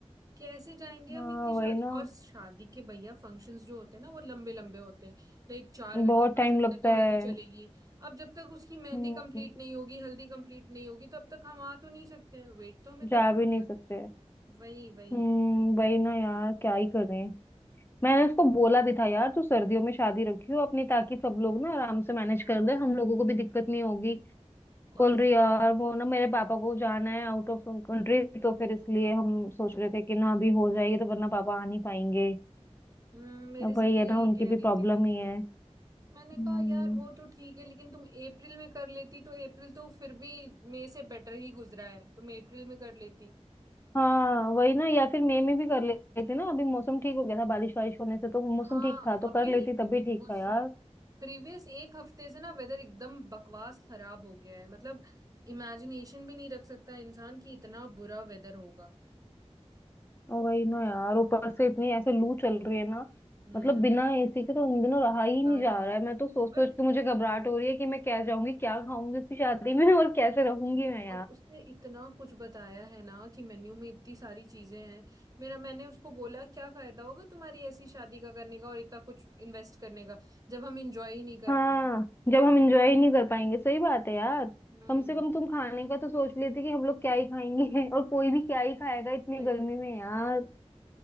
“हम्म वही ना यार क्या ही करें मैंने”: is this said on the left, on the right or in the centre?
Left